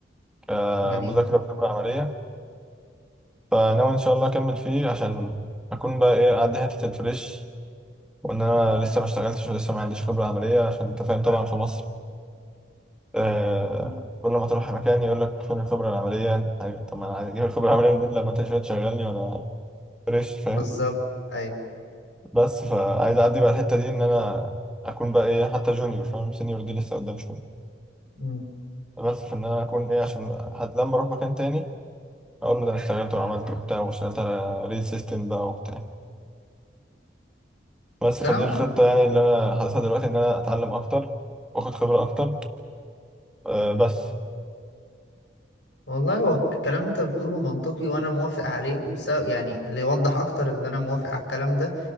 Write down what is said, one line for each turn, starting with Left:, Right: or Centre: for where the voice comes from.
Centre: كمذاكرة
Left: جميل
Centre: وخبرة عملية فناوي إن شاء الله أكمل فيه عشان أكون بقى إيه أعدي حتة الفريش وإن أنا لسه ما اشتغلتش ولسه ما عنديش خبرة عملية عشان أنت فاهم طبعا في مصر آه،
Left: مم.
Centre: كل ما تروح مكان يقول لك فين الخبرة العملية أنت- طب ما أنا عايز أجيب الخبرة العملية منين لما أنت شوية تشغلني وأنا فريش فاهم
Left: بالظبط ايوه
Centre: بس فعايز أعدي بقى الحتة دي إن أنا أكون بقى إيه حتى جونيور فاهم سينيور دي لسه قدام شوية
Left: مم.
Centre: بس في ان انا اكون ايه عشان حتى لما اروح مكان تاني اقول له ده انا اشتغلت وعملت وبتاع واشتغلت على ريل سيستم بقى وبتاع بس
Left: كلامك
Centre: فدي الخطة
Left: م-
Centre: يعني اللي انا حاططها دلوقتي ان انا اتعلم اكتر واخد خبرة اكتر أه بس
Left: والله هو الكلام اللي انت بتقوله منطقي وانا موافق عليه وبسبب يعني اللي يوضح اكتر اللي انا موافق على الكلام ده